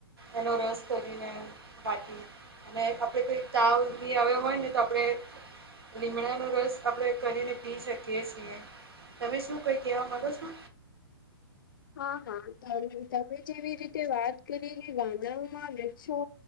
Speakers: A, on the right; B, on the left.
A: એનો રસ કરીને વાટી અને આપડે કોઈ તાવ બી આવ્યો હોય ને તો આપણે લીમડાનો રસ આપણે કરીને પી શકીએ છીએ. તમે શું કઈ કેવા માગો છો
B: હા હા તમે જેવી રીતે વાત કરી કે ગાનાઓમાં રે છો